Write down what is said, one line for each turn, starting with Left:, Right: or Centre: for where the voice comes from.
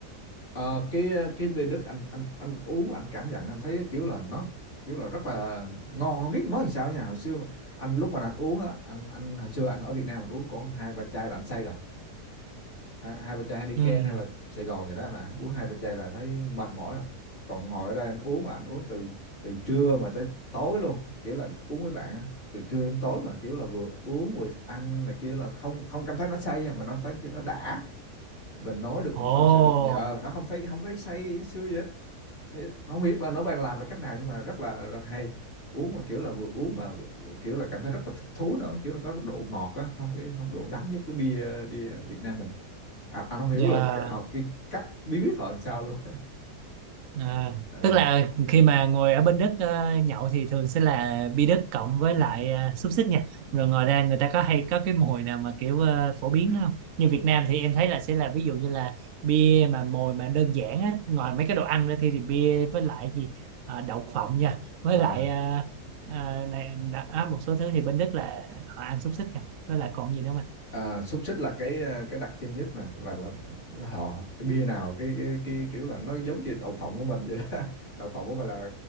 Left: Ờ, cái ờ, cái bia Đức anh anh anh uống anh cảm nhận anh thấy kiểu là nó kiểu là rất là ngon không biết nói làm sao nha hồi xưa mà, anh lúc mà anh uống á anh anh hồi xưa anh ở Việt Nam anh uống còn hai ba chai là anh say rồi hai, hai ba chai Heineken
Right: Ừ.
Left: hay là Sài Gòn gì đó là uống hai ba chai là thấy mệt mỏi rồi còn ngồi ở đây anh uống mà anh uống từ từ trưa mà tới tối luôn kiểu là uống với bạn á, từ trưa đến tối mà kiểu là vừa uống vừa ăn này kia là không không cảm thấy nó say nha, mà nó thấy nó đã mình nói được
Right: Ồ,
Left: mình tâm sự được nhiều ờ nó không thấy không thấy say sưa gì hết thấy không biết là nó bạn làm bằng cách nào nhưng mà rất là rất hay uống mà kiểu là vừa uống mà vừa, vừa kiểu là cảm thấy rất là thích thú nữa kiểu là có cái độ ngọt á không cái không độ đắng giống cái bia bia Việt Nam mình à, anh không hiểu
Right: dạ
Left: là cái- họ cái cách bí quyết họ làm sao luôn <laughs>
Right: À,
Left: Ờ.
Right: tức là khi mà ngồi ở bên Đức ờ, nhậu thì thường sẽ là bia Đức cộng với lại ờ, xúc xích nha. Rồi ngoài ra người ta có hay có cái mồi nào mà kiểu ờ, phổ biến đó không? Như Việt Nam thì em thấy là sẽ là ví dụ như là bia mà mồi mà đơn giản á, ngoài mấy cái đồ ăn ra thì, thì bia với lại gì Ờ, đậu phộng nha, với
Left: à
Right: lại ờ, ờ, này, đã, á, một số thứ thì bên Đức là họ ăn xúc xích nha, với lại còn gì nữa mà.
Left: À, xúc xích là cái ờ, cái đặc trưng nhất nè là là họ cái bia nào cái, cái cái kiểu là nó giống như đậu phộng của mình vậy đó <laughs> đậu phộng của mình là